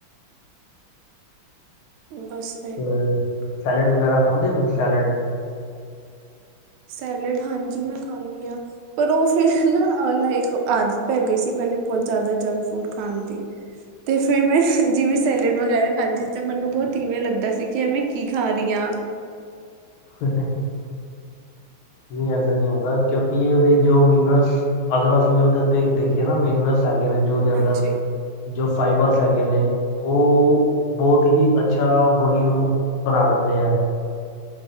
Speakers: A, on the right; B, on the left.
A: ਬਾੱਸ।
B: ਫੇਰ ਸੈਲਡ ਵਗੈਰਾ ਖਾਂਦੇ ਓ ਤੁਸੀ ਸ਼ੈਲਡ
A: ਸੈਲਡ ਹਾਂਜੀ, ਮੈਂ ਖਾਨੀ ਆਂ। ਪਰ ਓ ਫੇਰ ਨਾ ਅ ਨਾ ਇੱਕ ਆਦਤ ਪੈ ਗਈ ਸੀ ਬੋਤਤ ਜਾਦਾ ਜੰਕ-ਫੂਡ ਖਾਨ ਦੀ। ਤੇ ਫੇਰ ਮੈਂ ਜਿਵੇਂ ਸੈਲਡ ਵਗੈਰਾ ਖਾਂਦੀ ਸੀ, ਮੈਨੂੰ ਬੋਤ ਇਵੇਂ ਲੱਗਦਾ ਸੀ ਕਿ ਏ ਮੈਂ ਕੀ ਖਾ ਰੀ ਆਂ।
B: <inaudible> ਨਈ ਐਸਾ ਨੀ ਹੁੰਦਾ ਕਿਓਕਿ ਉਦੇ ਚ ਜੋ ਮਿਨਰਲਸ ਅਗਰ ਅਸੀ ਉਦੇ ਤੇ ਦੇਖੀਏ ਨਾ ਮਿਨਰਲਸ ਹੈਗੇ ਨੇ ਜੋ ਉਦੇ ਅੰਦਰ,
A: ਹਾਂਜੀ,
B: ਜੋ ਫਾਈਬਰਸ ਹੈਗੇ ਨੇ ਓ ਬੋਤ ਹੀ ਅੱਛਾ ਬੋਡੀ ਨੂੰ ਬਨਾ ਦਿੰਦੇ ਐ।